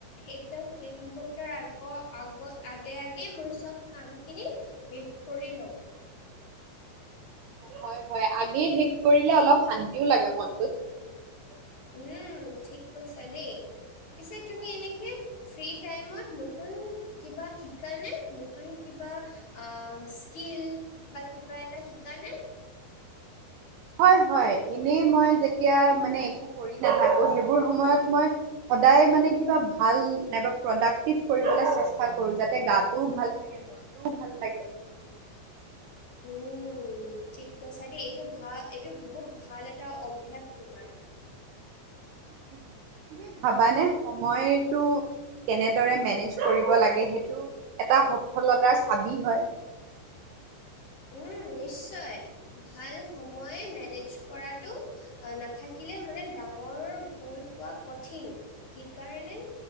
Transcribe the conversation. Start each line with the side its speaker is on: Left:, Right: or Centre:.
Left: একদম শেষ মুহূৰ্তৰ আগৰ আগ আগে আগে মই চব কাম খিনি, শেষ কৰি লওঁ।
Right: হয় হয় আগে শেষ কৰিলে অলপ শান্তিও লাগে মনটো।
Left: উম ঠিক কৈছা দেই পিছে তুমি এনেকে। ফ্ৰী টাইমত নতুন কিবা শিকা নে নতুন কিবা, অ স্কিল বা কিবা এটা শিকা নে?
Right: হয় হয় এনেই মই যেতিয়া মানে একো কৰি নাথাকো সেইবোৰ সময়ত মই সদায় মানে কিবা ভাল নাইবা প্ৰডাক্টিভ কৰিবলৈ চেষ্টা কৰো যাতে গাটোও ভাল থাকে। মনটোও ভাল লাগে।
Left: উম ঠিক কৈছা দেই এইটো ভা এইটো বহুত ভাল এটা অভ্যায়স তোমাৰ।
Right: <inaudible> তুমি ভাবানে সময়তটো কেনেদৰে মেনেজ কৰিব লাগে সেইটো। এটা সফলতাৰ চাবি হয়।
Left: উম নিশ্চয় ভাল সময় মেনেজ কৰাটো। আহ নাথাকিলে মানে ডাঙৰ গল পোৱা কঠিন সেইকাৰণে,